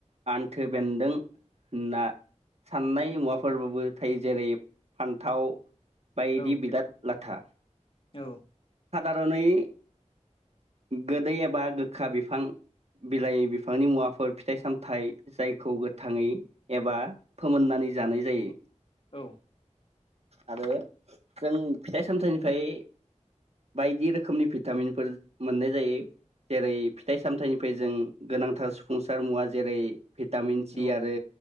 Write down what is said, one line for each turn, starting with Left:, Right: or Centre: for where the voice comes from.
Right: आन्थो बेन्दों होनना साननाय मुवाफोरबाबो थायो जेरै फान्थाव बायदि
Left: औ
Right: बिलाद लाथ था
Left: औ
Right: रानै गोदै एबा गोखा बिफां बिलाइ बिफांनि मुवाफोर फिथाइ सामथाइ जायखौ गोथाङै एबा फोमोननानै जानाय जायो।
Left: औ
Right: आरो जों फिथाइ सामथाइनिफ्राय बायदि रोखोमनि भिटामिनफोर मोननाय जायो। जेरै फिथाइ सामथायाइनि फै जों गोनांथार सुफुंसार मुवा जेरै भिटामिन सि
Left: औ
Right: आरो